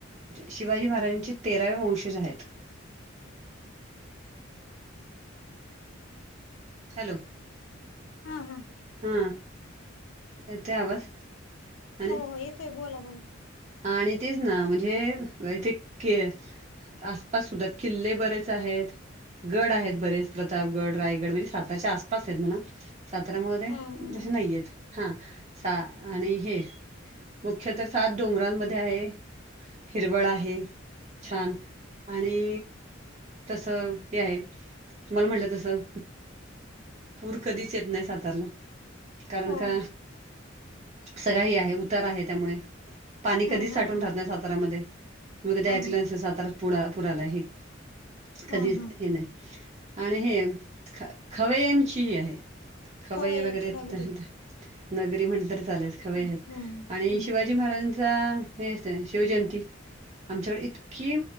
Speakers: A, on the right; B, on the left.
A: शिवाजी महाराजांचे तेरावे वंशज आहेत. हॅलो
B: हा हं
A: हा येतय आवाज आणि
B: हो हो येतोय बोला बोला
A: आणि तेच ना म्हणजे इथे के आसपास सुद्धा किल्ले बरेच आहेत गड आहेत बरेच प्रतापगड रायगड म्हणजे साताच्या आसपास आहेत म्हणा सातारामध्ये
B: हम्म
A: तसे नाहीयेत हा सा आणि हे मुख्य तर सात डोंगरांमध्ये आहे हिरवळ आहे छान आणि तस हे आहे तुम्हाला म्हटलं तसं पूर कधीच येत नाही सातारऱ्याला कारण
B: हो
A: का सगळाही हे आहे उतार आहे त्यामुळे पाणी
B: हम्म
A: कधीच साठून
B: हम्म हम्म
A: राहत नाही साताऱामध्ये तुम्ही कधी
B: हम्म
A: ऐकलं नसेल सातारा पु पुर आला आहे कधी
B: हम्म हम्म
A: हे नाही आणि हे ख खवयांची ही आहे खवय
B: खवय्याची
A: वगैरे
B: नगरी
A: तीत नगरी म्हणल तरी चालेलं खवय्या
B: हम्म
A: आहेत
B: हम्म
A: आणि शिवा शिवाजी महाराजांचा हे असत शिवजयंती आमच्याकडे इतकी